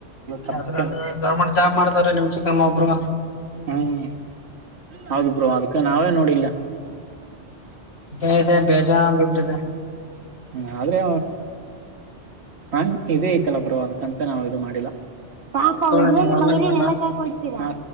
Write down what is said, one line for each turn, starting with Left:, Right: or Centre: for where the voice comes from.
Right: ತಮ್ಮ
Left: ಅದ್ರಲ್
Right: ಅತ್ತೆಂದು
Left: ಗೌರ್ಮೆಂಟ್ ಜಾಬ್ ಮಾಡತವ್ರ ನಿಮ್ ಚಿಕ್ಕಮ್ಮ ಒಬ್ರು
Right: ಹ್ಮ್ ಹೌದು ಬ್ರೋ ಅದಕ್ಕೆ ನಾವೇ ನೋಡಿಲ್ಲ.
Left: ಇದೆ ಇದೇ ಬೇಜಾನ ದುಡ್ಡಿದೆ.
Right: ಹ್ಮ ಆದ್ರೆ ಹಂಗ ಇದೇ ಐತಲ್ಲ ಬ್ರೋ ಅದಕ್ಕಂತ ನಾವ ಇದು ಮಾಡಿಲ್ಲ. ಪಾಪಾ
Left: ಸರಿ
Right: ಆ
Left: ತೋಳ
Right: ಹುಡ್ಗನ್
Left: ನೀವ್ ಆಮೇಲ್
Right: ಬಗರಿನ್
Left: ಮಾಡ್ಲಾ
Right: ಎಲ್ಲಾ ಕಾಯಕ ಕೊಡ್ತೀರಾ?